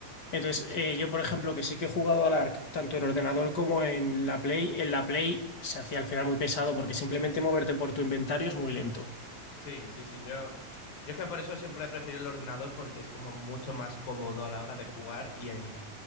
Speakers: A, on the left; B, on the left.
A: Entonces, eh, yo, por ejemplo, que sí que he jugado al ARC tanto en ordenador como en la Play, en la Play se hacía al final muy pesado porque simplemente
B: Ujú.
A: moverte por tu inventario es muy lento.
B: Sí, sí, sí, yo... Yo es que por eso siempre he preferido el ordenador porque es como mucho más cómodo a la hora de jugar y, ahí